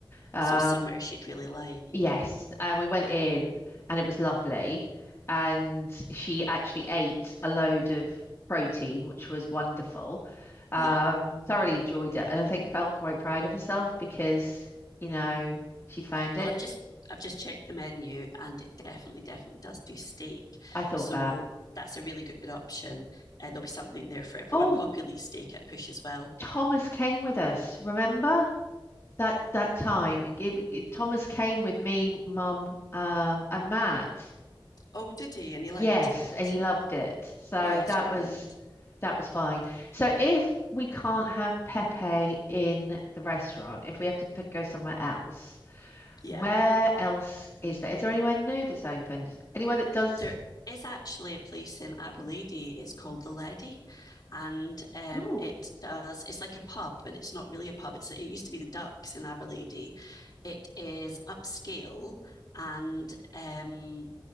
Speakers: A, on the left (about 30°); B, on the left (about 50°).
A: Um,
B: So it's somewhere she'd really like.
A: Yes, and we went in and it was lovely. And she actually ate a load of protein, which was wonderful. Um,
B: Yeah.
A: thoroughly enjoyed it and I think felt quite proud of herself because, you know, she'd found
B: Well,
A: it.
B: I've just I've just checked the menu and it definitely, definitely does do steak.
A: I thought
B: So
A: that.
B: that's a really good option. Uh, there'll be something there for everyone.
A: Oh,
B: Poppy will eat steak at a push as well.
A: Thomas came with us, remember? That that time. It- it- Thomas came with me, Mum, um, and Matt.
B: Oh, did he? And he liked
A: Yes,
B: it.
A: and he loved it. So
B: Oh, that's
A: that
B: grand.
A: was that was fine. So if we can't have Pepe in the restaurant, if we have to pick, go somewhere else,
B: Yeah.
A: where else is there? Is there anywhere new that's opened? Anywhere that does?
B: There is actually a place in Aberlady. It's called the Lady, and um,
A: Ooh,
B: it does. It's like a pub, but it's not really a pub. It's it used to be the Ducks in Aberlady. It is upscale, and um,